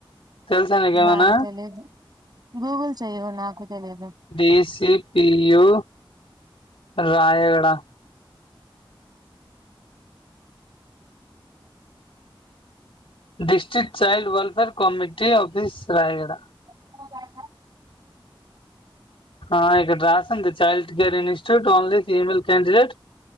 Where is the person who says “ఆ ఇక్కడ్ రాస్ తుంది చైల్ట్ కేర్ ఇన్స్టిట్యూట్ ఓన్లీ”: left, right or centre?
Left